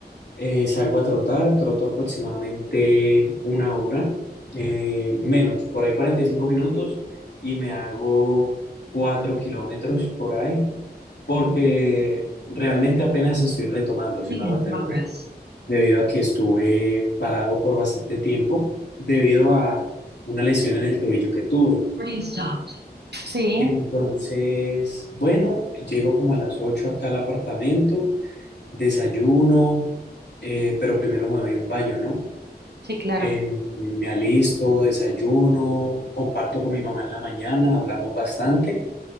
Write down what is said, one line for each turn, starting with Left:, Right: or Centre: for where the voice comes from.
Left: eh, salgo a trotar, troto aproximadamente una hora, eh, menos, por ahí 45 minutos y me hago 4 kilómetros por ahí, porque realmente apenas estoy retomando,
Right: Recording
Left: si me hago
Right: in
Left: entender
Right: progress.
Left: debido a que estuve parado por bastante tiempo debido a una lesión en el tobillo que tuve.
Right: Recording stopped. Sí,
Left: Entonces, bueno, llego como a las 8 acá al apartamento, desayuno, eh, pero primero me doy un baño, ¿no?
Right: sí, claro.
Left: Eh, me alisto, desayuno, comparto con mi mamá en la mañana, hablamos bastante